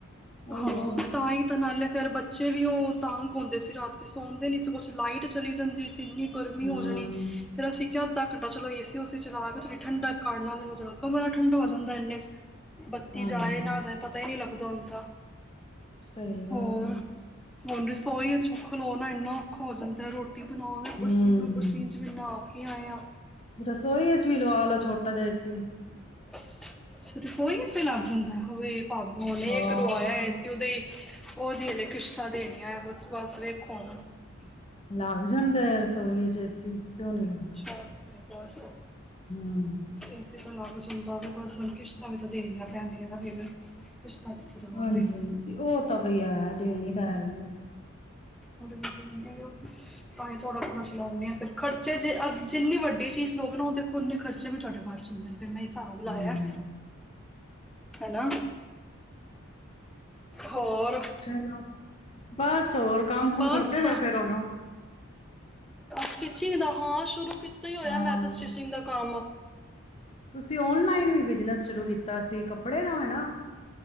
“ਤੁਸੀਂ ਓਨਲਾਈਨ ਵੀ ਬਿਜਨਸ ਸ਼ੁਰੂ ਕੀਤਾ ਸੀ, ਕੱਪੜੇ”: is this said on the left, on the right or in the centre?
Left